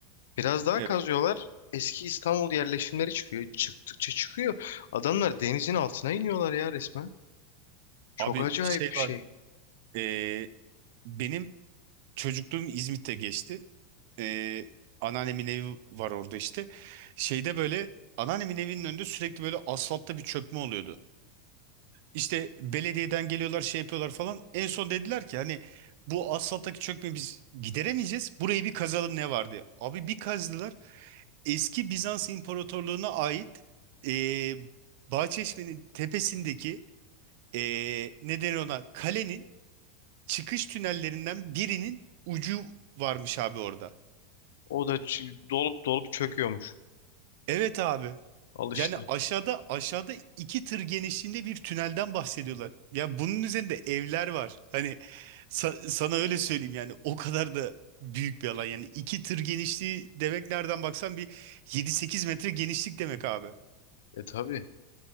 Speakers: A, on the left; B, on the right.
A: Biraz daha
B: Evet.
A: kazıyorlar. Eski İstanbul yerleşimleri çıkıyor. Çıktıkça çıkıyor. Adamlar denizin altına iniyorlar ya resmen. Çok
B: Abi
A: acayip
B: şey
A: bir
B: var.
A: şey.
B: e, benim çocukluğum İzmit'te geçti. e, anneannemin evi var orada işte. Şeyde böyle anneannemin evinin önünde sürekli böyle asfaltta bir çökme oluyordu. İşte belediyeden geliyorlar şey yapıyorlar falan. En son dediler ki hani bu asfalttaki çökmeyi biz gideremeyeceğiz. Burayı bir kazalım ne var diye. Abi bir kazdılar. Eski Bizans İmparatorluğu'na ait e, Bahçeşme'nin tepesindeki e, ne denir ona kalenin çıkış tünellerinden birinin ucu varmış abi orada.
A: O da ç- dolup dolup çöküyormuş.
B: Evet abi.
A: Al işte.
B: Yani aşağıda aşağıda iki tır genişliğinde bir tünelden bahsediyorlar. Ya bunun üzerinde evler var. Hani sa- sana öyle söyleyeyim yani o kadar da büyük bir alan. Yani iki tır genişliği demek nereden baksan bir yedi sekiz metre genişlik demek abi.
A: E tabii.